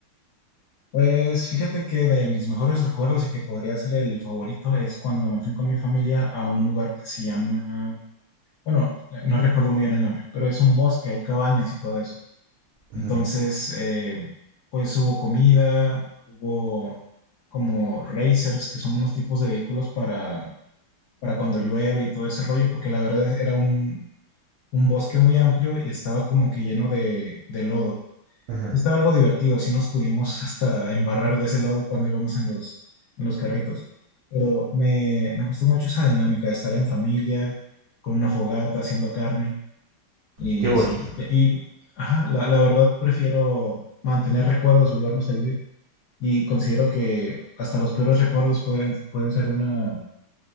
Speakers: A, on the left; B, on the right.
A: Pues fíjate que de mis mejores recuerdos y que podría ser el favorito es cuando me fui con mi familia a un lugar que se llama, bueno, no recuerdo muy bien el nombre, pero es un bosque, hay cabañas y todo eso.
B: Ujú,
A: Entonces, eh, pues hubo comida, hubo como racers, que son unos tipos de vehículos para para cuando llueve y todo ese rollo, porque la verdad es- era un, un bosque muy amplio y estaba como que lleno de, de lodo.
B: ujú.
A: Sí estaba algo divertido, así nos pudimos hasta embarrar de ese lodo cuando íbamos en los, en los carritos. Pero me, me gustó mucho esa dinámica de estar en familia, con una fogata, haciendo carne. Y
B: Qué bonito.
A: sí, y, y, ajá, la, la verdad prefiero mantener recuerdos, volverlos a vivir. Y considero que hasta los peores recuerdos pueden, pueden ser una,